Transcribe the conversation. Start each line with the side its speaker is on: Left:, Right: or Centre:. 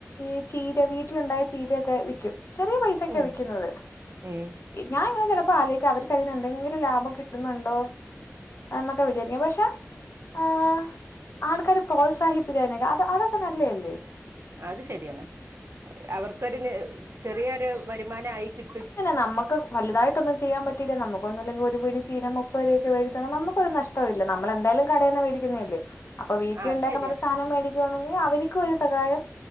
Left: ഈ ചീര വീട്ടിലുണ്ടായ ചീരൊക്കെ വിക്കും ചെറിയ പൈസക്കാണ്
Right: ഉം
Left: വിക്കുന്നത്
Right: ഉം
Left: ഞാൻ ഇങ്ങനെ ചിലപ്പോ ആലോചിക്കും അവർക്ക് അതിൽ നിന്ന് എന്തെങ്കിലും ലാഭം കിട്ടുന്നുണ്ടോ എന്നൊക്കെ വിചാര്ക്കും പഷെ ആഹ് ആൾക്കാര് പ്രോത്സാഹിപ്പിക്ക് അയ്നെക്കെ അത് അതൊക്കെ നല്ലേ അല്ലേ
Right: അത് ശരിയാണ് അവർക്കൊരു ന് ചെറിയൊരു വരുമാന ആയി കി
Left: ഇന്നെ നമ്മക്ക് വലുതായിട്ട് ഒന്നും ചെയ്യാൻ പറ്റില്ല നമുക്കുന്നും ഇല്ലെങ്കിൽ ഒരു പിടി ചീര മുപ്പത് രൂപക്ക്‌ മേടിച്ചാലും നമൊക്കൊരു നഷ് ഇല്ല നമ്മള് എന്തായ്ലും കടേന്ന് മേടിക്കുന്നേല്ലേ അപ്പൊ വീട്ടിയൊണ്ടാക്കാൻ
Right: ആഹ് അത് ശരിയാ
Left: ഒരു സാനം മേടി ണെങ്കിൽ അവര്ക്കു ഒരു സഹായം